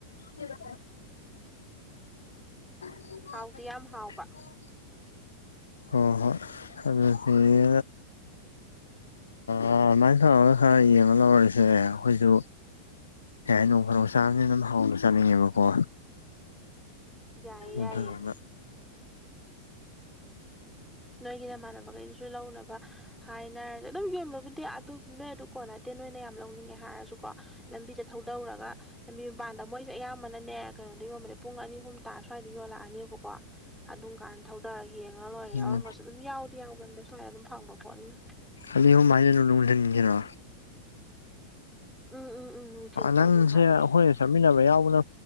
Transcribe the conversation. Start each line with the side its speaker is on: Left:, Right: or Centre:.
Left: <unintelligible> <unintelligible>
Centre: ꯍꯥꯎꯗꯤ ꯌꯥꯝ ꯍꯥꯎꯕ
Left: ꯍꯣꯏ ꯍꯣꯏ ꯑꯗꯨꯗꯒꯤ ꯑꯗꯨꯃꯥꯏꯅ ꯇꯧꯔꯒ ꯈꯔ ꯌꯦꯡꯉ ꯂꯧꯔꯔꯤꯁꯦ ꯑꯩꯈꯣꯏꯁꯨ ꯌꯥ ꯅꯣꯡ ꯐꯗꯣꯛ ꯆꯥꯕꯅꯤ ꯑꯗꯨꯝ ꯍꯥꯎꯅ ꯆꯥꯅꯤꯡꯉꯦꯕꯀꯣ
Centre: ꯌꯥꯏꯌꯦ
Left: ꯑꯗꯨꯗꯨꯅ
Centre: ꯌꯥꯏꯌꯦ ꯅꯣꯏꯒꯤ ꯅꯃꯥꯟꯅꯕꯈꯩꯗꯨꯁꯨ ꯂꯧꯅꯕ ꯍꯥꯏꯅꯔꯁꯦ ꯑꯗꯨꯝ ꯌꯣꯟꯕꯕꯨꯗꯤ ꯑꯗꯨꯝ ꯅꯣꯏ ꯑꯗꯨ ꯀꯣꯅꯗꯦ ꯑꯣꯏꯅ ꯌꯥꯝ ꯂꯧꯅꯤꯡꯉꯦ ꯍꯥꯏꯔꯁꯨ ꯀꯣ ꯂꯝꯕꯤꯗ ꯊꯧꯗꯧꯔꯒ ꯂꯝꯕꯤ ꯃꯄꯥꯟꯗ ꯃꯣꯏꯁꯦ ꯑꯌꯥꯝꯕꯅꯅꯦ ꯀꯩꯅꯣꯗ ꯌꯣꯟꯕꯅꯦ ꯄꯨꯡ ꯑꯅꯤ ꯑꯍꯨꯝ ꯇꯥ ꯁ꯭ꯋꯥꯏꯗ ꯌꯣꯜꯂꯛꯑꯅꯦꯕꯀꯣ ꯑꯗꯨꯝ ꯀꯥꯟꯗ ꯊꯧꯗꯔꯒ ꯌꯦꯡꯉ ꯂꯣꯏꯔ
Left: ꯎꯝ
Centre: ꯌꯥꯎꯔꯝꯕꯁꯨ ꯑꯗꯨꯝ ꯌꯥꯎꯗꯤ ꯌꯥꯎꯕꯟꯗ ꯁꯨꯃꯥꯏꯅ ꯑꯗꯨꯝ ꯐꯪꯕ ꯄꯣꯠꯅꯤꯅ
Left: ꯑꯅꯤ ꯑꯍꯨꯝ ꯍꯥꯏꯁꯦ ꯅꯨꯡꯊꯤꯜꯒꯤꯔꯣ
Centre: ꯎꯝ ꯎꯝ ꯎꯝ ꯅꯨꯡꯊꯤꯜꯗꯣ
Left: ꯅꯪꯁꯦ
Centre: ꯑꯗꯨꯝ ꯀꯥꯟꯒꯤ
Left: ꯑꯩꯈꯣꯏ ꯆꯠꯃꯤꯟꯅꯕ ꯌꯥꯎꯕꯅ